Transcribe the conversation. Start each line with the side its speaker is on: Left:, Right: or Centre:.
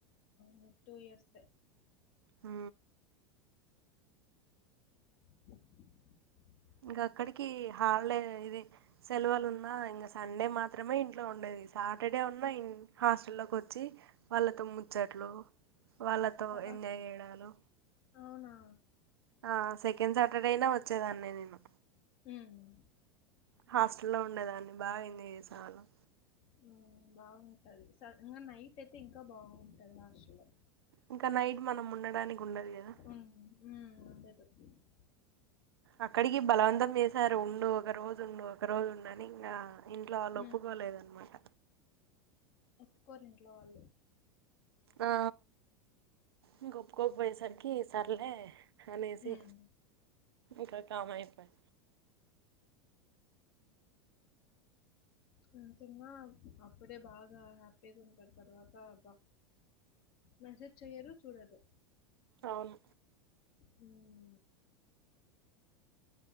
Left: మీకు టూ ఇయర్స్
Right: ఆ
Left: <unintelligible>
Right: ఇంకా అక్కడికి హాల్డే ఇది సెలవులు ఉన్నా ఇంగ సండే మాత్రమే ఇంట్లో ఉండేది సాటర్డే ఉన్నా ఇం హాస్టల్లోకి వచ్చి వాళ్ళతో ముచ్చట్లు వాళ్ళతో
Left: సా
Right: ఎంజాయ్ చేయడాలు
Left: అవునా
Right: ఆ సెకెండ్ సాటర్డే అయినా వచ్చేదాన్నే నేను
Left: హ్మ్
Right: హాస్టల్లో ఉండేదాన్ని బాగెంజాయ్ చేసేవాళ్లం
Left: హ్మ్ బాంటది స ఇంగ నైట్ అయితే ఇంకా బాంటది హాస్టల్లో
Right: ఇంక నైట్ మనం ఉండడానికుండదు గదా
Left: హ్మ్ హ్మ్
Right: అక్కడిగి బలవంతం చేశారు ఉండు ఒక రోజు ఉండు ఒక రోజు ఉండు అని ఇంగా ఇంట్లో ఆళ్ళు
Left: ఉమ్,
Right: ఒప్పుకోలేదన్మాట
Left: ఒప్కోరు ఇంట్లో వాళ్ళు
Right: ఆ ఇంగొప్కోక్పోయేసరికి ఈ సర్లే అనేసి
Left: ఉమ్.
Right: ఇంక కామ్ అయిపోయా
Left: హ్మ్ తిన్నా అప్పుడే బాగా హ్యాప్పిగుంటరు తర్వాత బా మెసేజ్ చెయ్యరు చూడరు
Right: ఔను
Left: హ్మ్